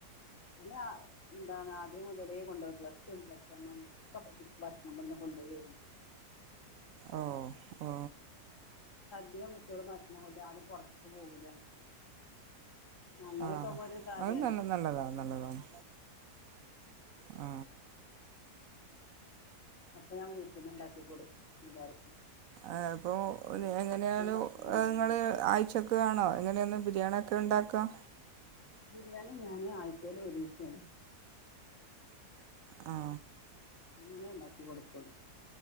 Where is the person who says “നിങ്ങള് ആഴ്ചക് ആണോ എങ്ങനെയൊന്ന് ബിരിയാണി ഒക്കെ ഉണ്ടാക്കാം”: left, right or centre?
Right